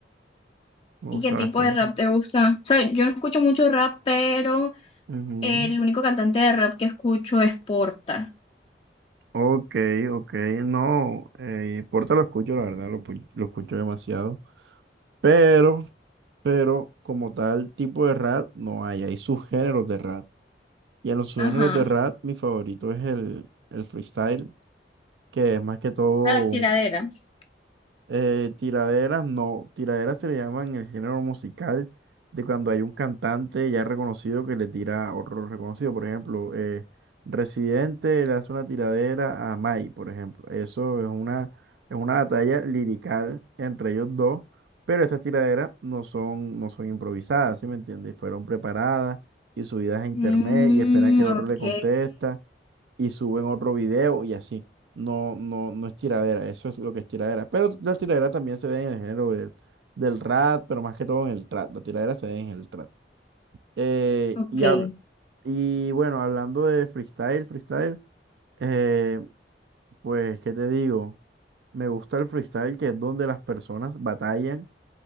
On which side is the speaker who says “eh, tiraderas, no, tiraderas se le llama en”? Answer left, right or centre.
Right